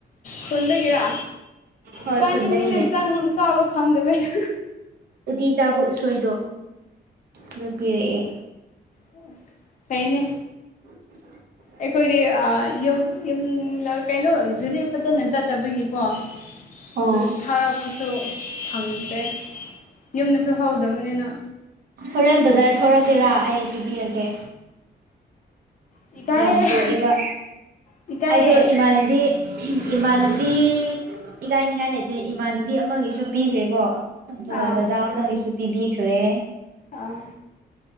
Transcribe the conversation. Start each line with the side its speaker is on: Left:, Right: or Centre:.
Left: ꯈꯨꯟꯗꯒꯤꯔꯥ
Right: ꯍꯣꯏ
Left: ꯆꯥꯅꯤꯡꯉꯤꯅꯦ
Right: ꯈꯨꯟꯗꯒꯤꯅꯦ
Left: ꯆꯪ ꯆꯥꯕ ꯐꯪꯗꯕꯩꯅꯦ
Right: ꯎꯇꯤ ꯆꯥꯕ ꯎꯁꯣꯏꯗꯣ ꯑꯗꯨ ꯄꯤꯔꯛꯑꯦ
Left: ꯍꯨꯡ ꯐꯩꯅꯦ
Right: <inaudible>
Left: ꯑꯩꯈꯣꯏꯗꯤ ꯑ ꯌꯨꯝ ꯌꯨꯝꯗ ꯀꯩꯅꯣ ꯒꯥꯔꯤ ꯐꯖꯅ ꯆꯠꯇꯕꯒꯤꯀꯣ
Right: ꯑꯣ
Left: ꯑꯗꯨ ꯊꯥꯔꯛꯄꯁꯨ ꯐꯪꯗꯦ ꯌꯨꯝꯗꯁꯨ ꯍꯧꯗꯝꯅꯤꯅ
Right: ꯍꯣꯔꯦꯟ ꯕꯖꯥꯔ ꯊꯣꯔꯛꯀꯦꯔꯥ ꯑꯩ ꯄꯤꯕꯤꯔꯒꯦ
Left: ꯏꯀꯥꯏꯍꯦ
Right: ꯌꯥꯝ ꯄꯨꯔꯛꯑꯦꯕ
Left: ꯏꯀꯥꯏꯍꯦ
Right: ꯑꯩꯗꯣ ꯏꯃꯥꯅꯕꯤ ꯏꯃꯥꯟꯅꯕꯤ ꯏꯀꯥꯏꯅꯤꯉꯥꯏ ꯂꯩꯇꯦ ꯏꯃꯥꯟꯕꯤ ꯑꯃꯒꯤꯁꯨ ꯄꯤꯈ꯭ꯔꯦꯀꯣ ꯑꯗꯨꯒ
Left: ꯑꯥ
Right: ꯗꯗꯥ ꯑꯃꯒꯤꯁꯨ ꯄꯤꯕꯤꯈ꯭ꯔꯦ
Left: ꯑꯥ